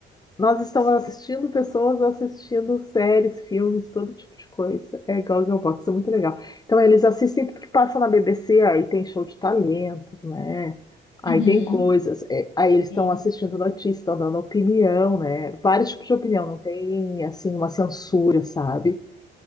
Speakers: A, on the left; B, on the left.
A: Nós estamos
B: sim.
A: assistindo pessoas assistindo séries, filmes, todo tipo de coisa. É Goggle Box, é muito legal. Então, eles assistem tudo que passa na BBC, aí tem show de talentos, né? Aí
B: Uhum,
A: tem coisas. é, aí eles estão
B: sim.
A: assistindo notícias, estão dando opinião, né? Vários tipos de opinião, não tem, assim, uma censura, sabe?